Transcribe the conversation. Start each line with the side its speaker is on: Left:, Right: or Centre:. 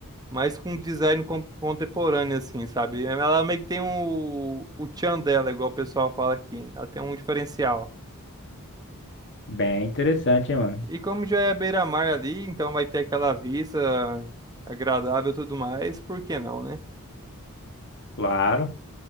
Right: mais com design con- contemporâneo, assim, sabe? Ela meio que tem o, o tchan dela, igual o pessoal fala aqui. Ela tem um diferencial.
Left: Bem interessante, hein, mano?
Right: E como já é beira-mar ali, então vai ter aquela vista agradável e tudo mais, por que não, né?
Left: Claro.